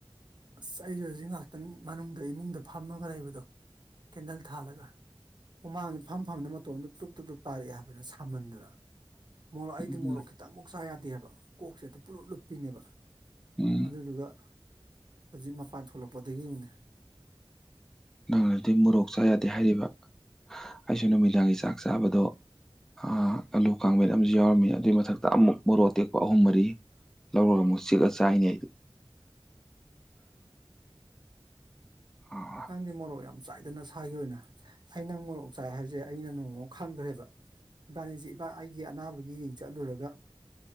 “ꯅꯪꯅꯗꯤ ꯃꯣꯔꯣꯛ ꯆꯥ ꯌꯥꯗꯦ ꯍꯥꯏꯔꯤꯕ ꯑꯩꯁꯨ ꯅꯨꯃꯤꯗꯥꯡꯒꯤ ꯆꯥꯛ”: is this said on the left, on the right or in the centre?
Centre